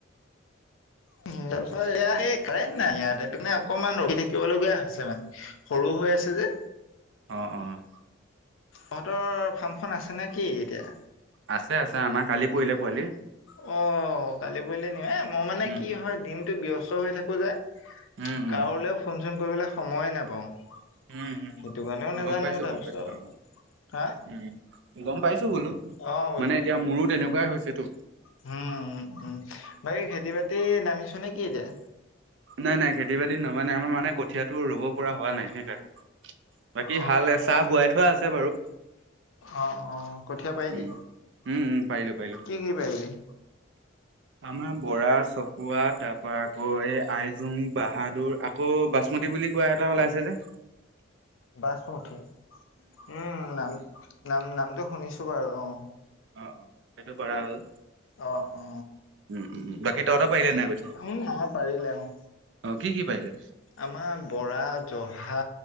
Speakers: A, on the left; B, on the right.
A: উ <unintelligible> হয়, সেই কাৰেণ্ট নাই, ইয়াতে অকণমান ৰখি থাকিবলগীয়া হৈছে মানে সৰু হৈ আছে যে।
B: অ', -অ',।
A: তহঁতৰ ফাৰ্মখন আছে নে কি এতিয়া?
B: আছে-আছে আমাৰ কালি, পৰিলে পোৱালি।
A: অ', -কালি পৰিলে নি, মই মানে
B: উম,
A: কি হয় দিনটো ব্যস্ত হৈ থাকো যে।
B: উম, উম,
A: কাৰোলৈও ফোন-চোন কৰিবলৈ সময়ে নাপাওঁ।
B: উমঁ, হুম,
A: সেইটো কাৰণেও নাজানো
B: গম পাইছো-গম
A: তাৰপিছত
B: পাইছো বাৰু।
A: হা
B: উম' গম পাইছোঁ বোলো,
A: অ'
B: মানে এতিয়া মোৰো তেনেকুৱাই হৈছে তো।
A: উমঁ-উমঁ-উমঁ। বাকী' খেতি-বাতি নামিছ নে কি এতিয়া?
B: নাই-নাই খেতি-বাতি নমা নাই, আমাৰ মানে কঠিয়াতো ৰুব পৰা হোৱা নাই সেইকাৰণে। বাকী
A: অ',
B: হাল এচা- বোৱাই থোৱা আছে বাৰু।
A: অঁ', -অঁ', কঠীয়া পাৰিলি
B: উম। উম, উম, পাৰিলো পাৰিলো
A: কি কি পাৰিলি?
B: আমাৰ বৰা, চকুৱা তাৰ পৰা আকৌ এই- আইজুং, বাহাদুৰ, আকৌ বাচমুঠি বুলি কোৱা এটা ওলাইছে যে।
A: বাচমুঠি উম, নাম- নাম নামটো শুনিছোঁ বাৰু অ,
B: অ, অ, সেইটো কৰা হ'ল,
A: অ অ
B: উম, উম, বাকী তহঁতৰ পাৰিলে নাই কঠীয়া?
A: উম আমাৰ পাৰিলে অ,
B: অ, কি কি পাৰিলে?
A: আমাৰ বৰা-জহা